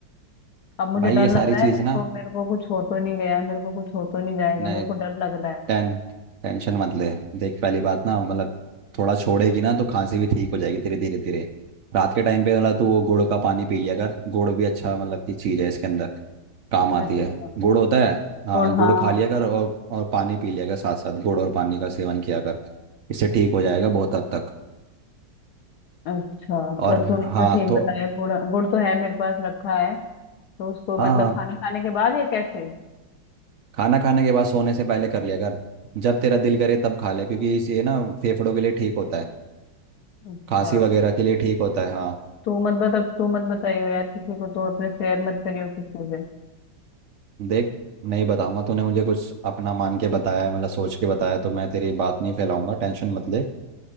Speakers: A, on the left (about 65°); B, on the right (about 80°).
A: अब मुझे
B: भाई
A: डर
B: ये सारी
A: लग रहा
B: चीज़
A: है मेरे को मेरे को कुछ हो तो नहीं गया है मेरे को कुछ हो तो नहीं जाएगा
B: ना
A: मेरे को डर लग रहा है
B: टें टेंशन मत ले देख पहली बात ना मतलब थोड़ा छोड़ेगी ना तो खांसी भी ठीक हो जाएगी धीरे धीरे धीरे रात के टाइम पे मतलब तू वो गुड़ का पानी पी लिया कर गुड़ भी अच्छा मतलब की चीज़ है इसके अंदर काम आती
A: अच्छा
B: है गुड़ होता है हाँ
A: गुड़
B: गुड़
A: हाँ
B: खा लिया कर और और पानी पी लिया कर साथ साथ गुड़ और पानी का सेवन किया कर इससे ठीक हो जाएगा बहुत हद तक
A: अच्छा
B: और
A: चल तूने
B: हाँ
A: तो ठीक
B: तो
A: बताया गुड़ गुड़ तो है मेरे पास रखा है तो उसको
B: हाँ
A: मतलब
B: हाँ
A: खाना खाने के बाद या कैसे
B: खाना खाने के बाद सोने से पहले कर लिया कर जब तेरा दिल करे तब खा ले क्योंकि इस- ये ना फेफड़ों के लिए ठीक होता है
A: अच्छा
B: खांसी वगैरह के लिए ठीक होता है हाँ
A: तू मत बता तू मत बताइयो यार किसी को तू अपने शेयर मत करियो किसी से
B: देख नहीं बताऊंगा तूने मुझे कुछ अपना मान के बताया है मतलब सोच के बताया तो मैं तेरी बात नहीं फैलाऊंगा टेंशन मत ले